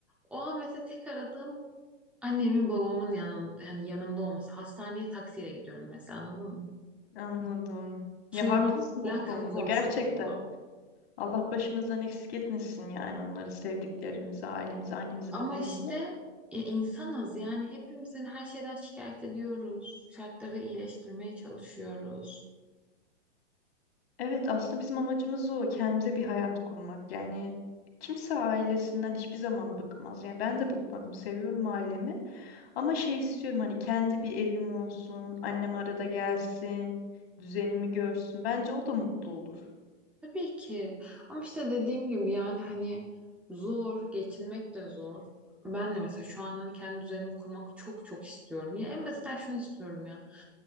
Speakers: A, in the centre; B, on the left.
A: o an mesela tek aradığım annemin babamın yanın, yani yanımda olması. Hastaneye taksiyle gidiyorum mesela anladın mı?
B: Anladım. Ya
A: Suyumu
B: haklısın o
A: mesela
B: konuda
A: kapı komşum
B: gerçekten.
A: alıyor.
B: Allah başımızdan eksik etmesin yani onları sevdiklerimizi, ailemizi, annemizi,
A: Ama
B: babamızı.
A: işte e, insanız yani hepimiz hani her şeyden şikayet ediyoruz. Şartları iyileştirmeye çalışıyoruz.
B: Evet aslında bizim amacımız o. Kendimize bir hayat kurmak. Yani kimse ailesinden hiçbir zaman bıkmaz. Yani ben de bıkmadım. Seviyorum ailemi. Ama şey istiyorum hani kendi bir evim olsun. Annem arada gelsin. Düzenimi görsün. Bence o da mutlu olur.
A: Tabii ki. Ama işte dediğim gibi yani hani zor, geçinmek de zor. Ben de mesela şu an hani kendi düzenimi kurmak çok çok istiyorum. Ya en basitten şunu istiyorum ya.